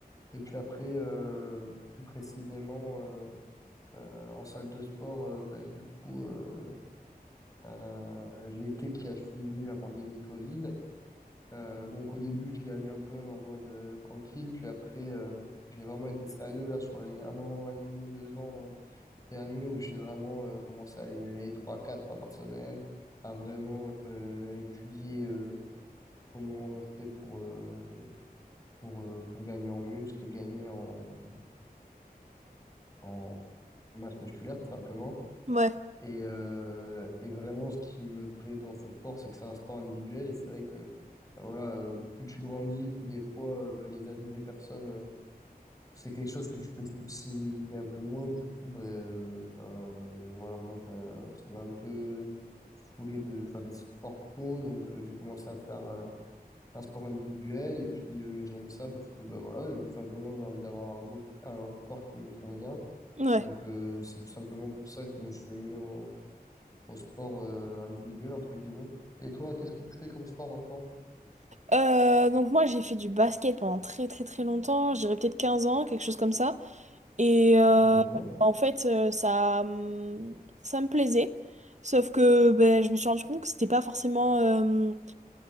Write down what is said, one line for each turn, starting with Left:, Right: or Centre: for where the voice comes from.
Left: Et puis après, euh, plus précisément euh, euh, en salle de sport, euh, bah, du coup, euh, euh, l'été qui a suivi la pandémie Covid. Euh, donc au début, j'y allais un peu en mode euh, tranquille, puis après, euh, j'ai vraiment été sérieux là sur les un an et demi, deux ans dernier où j'ai vraiment euh, commencé à y aller trois, quatre fois par semaine, à vraiment euh, étudier euh, comment on fait pour, euh, pour, euh, pour gagner en muscle, gagner en, en masse musculaire tout simplement.
Right: ouais,
Left: Et, euh, et vraiment, ce qui me plaît dans ce sport, c'est que c'est un sport individuel. Et c'est vrai que euh, voilà, euh, plus tu grandis, plus des fois euh, les avis des personnes euh, C'est quelque chose que tu peux soucies un peu moins, du coup, ben, euh, enfin, voilà, moi, ça, ça m'a un peu saoulé de faire des sports co, donc euh, j'ai commencé à faire euh, un sport individuel, et puis euh, j'aime ça parce que, bah voilà, je- tout simplement, j'ai envie d'avoir un beau, un corps qui me convient,
Right: ouais.
Left: donc euh, c'est tout simplement pour ça que je me suis mis au, au sport euh, individuel, entre guillemets. Et toi, qu'est-ce que tu fais comme sport maintenant?
Right: Euh, donc moi j'ai fait du basket pendant très très très longtemps, je dirais peut-être 15 ans, quelque chose comme ça. Et euh,
Left: Mhm,
Right: en fait euh, ça, hum, ça me plaisait. Sauf que ben, je me suis rendu compte que c'était pas forcément... euh,